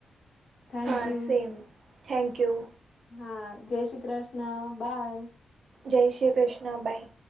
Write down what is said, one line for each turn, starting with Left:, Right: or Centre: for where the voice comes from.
Left: થેન્ક
Right: હા
Left: યુ.
Right: સેમ થેન્ક યુ
Left: હા જય શ્રી કૃષ્ણ બાય
Right: જય શ્રી કૃષ્ણભાઈ